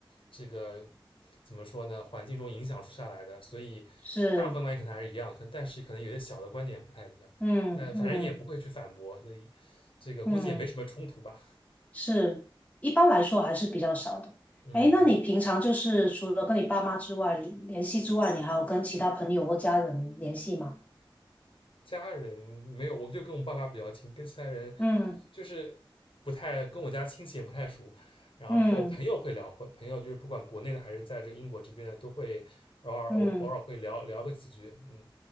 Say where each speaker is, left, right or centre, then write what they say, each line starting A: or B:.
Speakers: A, on the left; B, on the left.
A: 这个怎么说呢？环境中影响出下来的，所以大部分观点可能还是一样，
B: 是，
A: 可但是可能有些小的观点不太一样。
B: 嗯嗯
A: 那反正你也不会去反驳，对，这个估计也没什么冲突吧？
B: 嗯，是，一般来说还是比较少的。
A: 嗯嗯
B: 哎，那你平常就是除了跟你爸妈之外联系之外，你还有跟其他朋友或家人联系吗？
A: 家人没有，我就跟我爸妈比较亲，跟其他人
B: 嗯。
A: 就是不太跟我家亲戚也不太熟。然后朋友会聊，
B: 嗯
A: 会朋友就是不管国内的还是在这个英国这边的，都会偶尔偶偶尔会聊聊个几句。
B: 嗯，
A: 嗯，